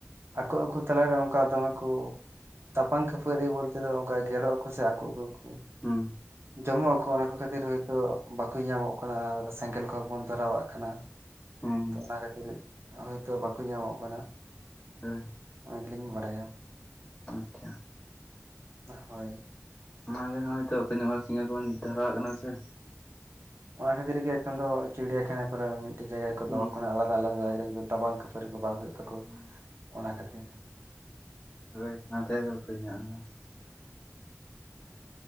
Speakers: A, on the right; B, on the left.
A: ᱟᱠᱚ ᱟᱠᱚ ᱛᱟᱞᱟᱨᱮ ᱚᱱᱠᱟ ᱫᱚᱢᱮ ᱠᱚᱼᱼ ᱛᱟᱯᱟᱝ ᱠᱷᱟᱹᱯᱟᱹᱨᱤ ᱵᱚᱞᱛᱮ ᱫᱚ ᱚᱱᱠᱟ ᱜᱮᱨᱚᱜ ᱟᱠᱚ ᱥᱮ ᱟᱠᱚᱚᱜ ᱠᱚᱼᱼ
B: ᱦᱩᱸ
A: ᱡᱚᱢᱚᱜ ᱟᱠᱚ ᱚᱱᱟ ᱠᱚ ᱠᱷᱟᱹᱛᱤᱨ ᱦᱚᱭᱛᱳ ᱵᱟᱠᱚ ᱧᱟᱢᱚᱜ ᱠᱟᱱᱟ ᱟᱨ ᱥᱮᱸᱜᱮᱞ ᱠᱚᱦᱚᱸ ᱵᱚᱱ ᱫᱷᱚᱨᱟᱣᱟᱜ ᱠᱟᱱᱟ᱾
B: ᱦᱮᱸ ᱦᱮᱸ
A: ᱛᱚ ᱚᱱᱟ ᱠᱷᱟᱹᱛᱤᱨ ᱦᱚᱳᱭᱛᱚ ᱵᱟᱠᱚ ᱧᱟᱢᱚᱜ ᱠᱟᱱᱟ᱾
B: ᱦᱳᱭ
A: ᱚᱱᱟ ᱜᱮᱞᱤᱧ ᱵᱟᱲᱟᱭᱟ᱾
B: ᱟᱪᱪᱷᱟ
A: ᱦᱳᱭ
B: ᱚᱱᱟᱱᱟᱜᱮ ᱦᱚᱭᱛᱚ ᱚᱠᱚᱭ ᱧᱚᱜ ᱥᱤᱸᱜᱮᱞ ᱠᱚᱵᱚᱱ ᱫᱷᱷᱟᱨᱟᱣᱟᱜ ᱠᱟᱱᱟ ᱥᱮ᱾
A: ᱚᱱᱟ ᱠᱷᱟᱹᱛᱤᱨ ᱜᱮ ᱮᱠᱷᱚᱱ ᱫᱚ ᱪᱤᱲᱤᱭᱟᱠᱷᱟᱱᱟ ᱠᱚᱨᱮ ᱢᱤᱫᱴᱮᱡ ᱡᱟᱭᱜᱟ ᱨᱮ
B: ᱦᱩᱸ
A: ᱫᱚᱦᱚ ᱠᱟᱱᱟ ᱟᱞᱟᱫᱟ ᱟᱞᱟᱫᱟ ᱡᱟᱭᱜᱟ ᱨᱮᱟ ᱵᱟᱝ ᱠᱷᱩᱯᱟᱹᱨᱤ ᱠᱚ ᱵᱟᱝ ᱦᱩᱭᱩᱜ ᱛᱟᱠᱚ
B: ᱦᱩᱸ
A: ᱚᱱᱟ ᱠᱷᱟᱹᱛᱤᱨ᱾
B: ᱦᱳᱭ ᱚᱱᱟᱛᱮ ᱫᱚ ᱵᱟᱠᱚ ᱧᱟᱢᱼᱟ ᱦᱚᱸ